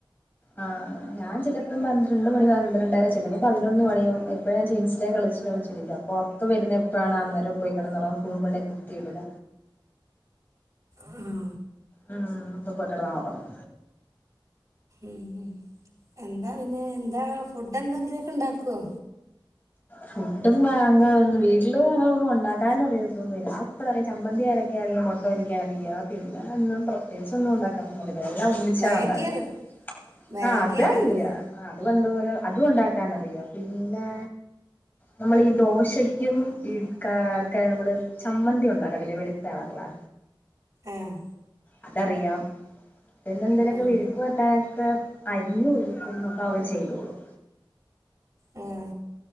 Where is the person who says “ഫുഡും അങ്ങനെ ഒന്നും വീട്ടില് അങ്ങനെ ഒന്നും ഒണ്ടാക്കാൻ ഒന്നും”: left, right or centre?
Left